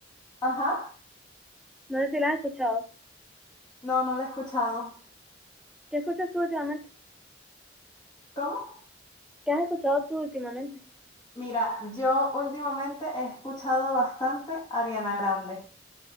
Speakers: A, on the left; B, in the centre.
A: Ajá.
B: No sé si la has escuchado.
A: No, no la he escuchado.
B: ¿Qué escuchas tú últimamente?
A: ¿Cómo?
B: ¿Qué has escuchado tú últimamente?
A: Mira, yo últimamente he escuchado bastante Ariana Grande,